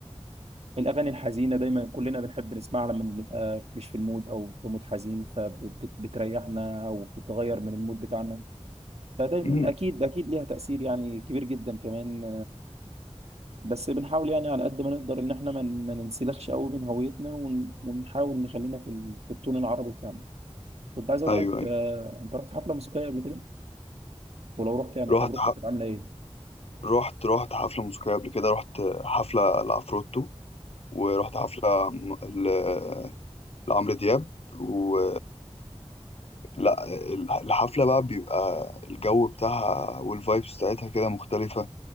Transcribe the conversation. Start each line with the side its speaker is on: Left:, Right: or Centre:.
Right: الاغاني الحزينه دايما كلنا بنحب نسمعها لما بنبقى مش في المود او في مود حزين فبتريحنا او بتغير من المود بتاعنا فدايما
Left: أمم.
Right: اكيد اكيد ليها تاثير يعني كبير جدا كمان بس بنحاول يعني على قد ما نقدر ان احنا ما ما ننسلخش قوي من هويتنا ون- ونحاول نخلينا في ال- في التون العربي بتاعنا كنت عايز اقول
Left: أيوة
Right: لك
Left: أيوة.
Right: آه، انت رحت حفله موسيقيه قبل كده ولو رحت يعني
Left: رحت
Right: تجربتك كانت عامله ايه
Left: رحت رحت حفلة موسيقية قبل كده رحت حفلة لعفروتو ورحت حفلة م- ل- لعمرو دياب و لا ال- الحفلة بقى بيبقى الجو بتاعها والفايبس بتاعتها كده مختلفة